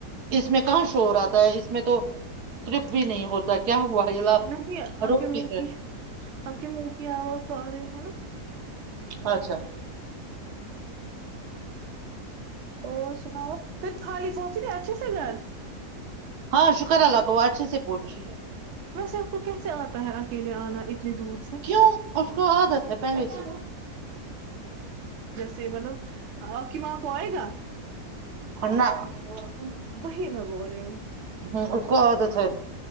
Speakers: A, on the right; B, on the right.
A: اس میں کہاں شور آتا ہے اس میں تو کرپ بھی نہیں ہوتا کیا ہوا یہ لا
B: نہیں اک
A: روتی
B: منہ کی
A: ہے
B: اک منہ کی آواز س رہے ہے نا
A: اچھا <unintelligible>
B: اور سناؤ پھر خالی پوچی تھے اچھے سے گھر
A: ہاں شکر اللہ کو اچھے سے پہنچی
B: آ کو کیسے آتا ہے اکیلے آنا <unintelligible> سے
A: کیوں اس کو عادت ہے پہلے سے
B: سے مطلب <unintelligible> آ کی ماں کو آئے گا
A: انا <unintelligible>
B: وہی میں بول رہی ہوں
A: ہ اس کو عادت ہے